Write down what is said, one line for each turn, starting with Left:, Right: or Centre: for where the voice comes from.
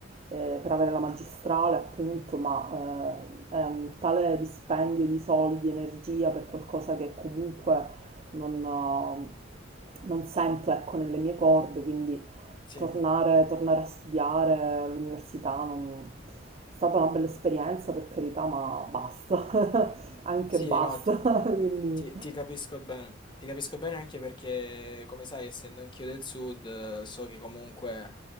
Right: eh, per avere la magistrale, appunto, ma eh, è un tale dispendio di soldi, energia per qualcosa che comunque non, eh, non sento, ecco, nelle mie corde, quindi
Left: Sì,
Right: tornare, tornare a studiare all'università non- è stata una bella esperienza, per carità, ma basta, <laughs> anche
Left: sì,
Right: basta,
Left: no.
Right: <laughs> quindi
Left: Ti, ti capisco bene, ti capisco bene anche perché, come sai, essendo anch'io del sud, eh, so che comunque